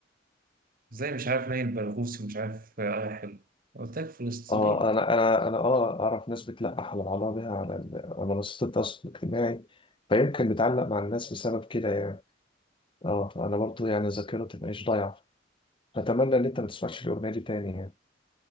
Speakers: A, on the right; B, on the left.
A: زي مش عارف نايل برغوثي ومش عارف اه يا حلو قلت لك فلسطيني
B: اه انا انا انا اه اعرف ناس بتلقح على بعضها بيها على ال- على منصات التواصل الاجتماعي فيمكن بتعلق مع الناس بسبب كده يعني اه انا برضو يعني ذاكرتي مش ضايعه اتمنى ان انت ما تسمعش الاغنيه دي تاني يعني